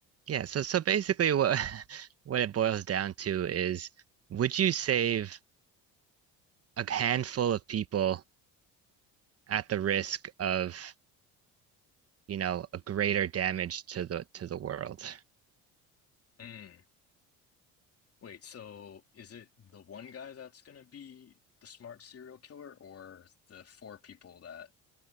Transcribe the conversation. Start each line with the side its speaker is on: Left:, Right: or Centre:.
Right: Yeah, so so basically what <laughs> what it boils down to is would you save a handful of people at the risk of, you know, a greater damage to the to the world?
Left: Mm. Wait, so is it the one guy that's gonna be the smart serial killer or the four people that